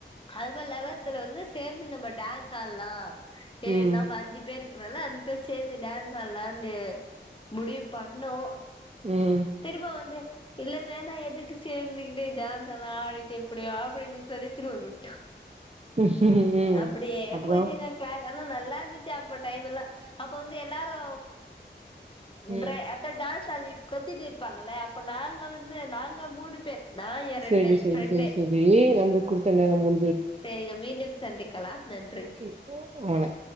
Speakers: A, on the left; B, on the right.
A: அது மாரி லெவல்த்துல வந்து சேந்து நம்ம டான்ஸ் சால்லா ஏ
B: ம்
A: நம்ம அஞ்சு பேரு அதனால அஞ்சு பேர் சேந்து டான்ஸ் ஆட்லானு முடிவு பண்ணோ
B: ம்
A: திரும்ப வந்து இல்ல வேணா எதுக்கு சேந்துக்கிட்டு டான்ஸ் எல்லா ஆடிட்டு எப்டியோ அப்படின்னு சொல்லி திரும்ப விட்டோ
B: ம்.
A: அப்படியே
B: அப்புறம்?
A: போய்ச்சுங்க க்ளா ஆனா நல்லா இருந்துச்சு அப்போ டைம் எல்லா அப்ப வந்து எல்லாரு
B: ம்.
A: ட்ரே அதா டான் சொல்லி குத்திட்டு இருப்பாங்கல்ல அப்ப நாங்க வந்து நாங்க மூணு பேர் நா என் ரெண்டு
B: சரி, சரி,
A: ஃப்ரண்டு
B: சரி, சரி. நம்மளுக்கு குடுத்த <unintelligible>
A: செரிங்க மீண்டும் சந்திக்கலா நன்றி
B: ம். வணக்கம்.